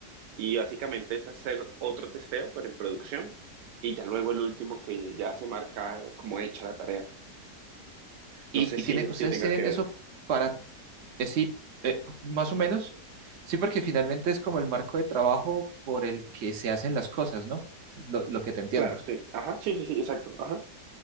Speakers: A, on the right; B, on the right.
A: Y básicamente es hacer otro testeo, pero en producción. Y ya luego el último que ya se marca como hecha la tarea.
B: y
A: No sé si,
B: tienen, ustedes
A: si tenga
B: tienen
A: que ver.
B: eso para... eh, sí, eh, más o menos. Sí, porque finalmente es como el marco de trabajo por el que se hacen las cosas, ¿no? Lo, lo que te entiendo.
A: Claro, sí. Ajá, sí, sí, sí, exacto. Ajá,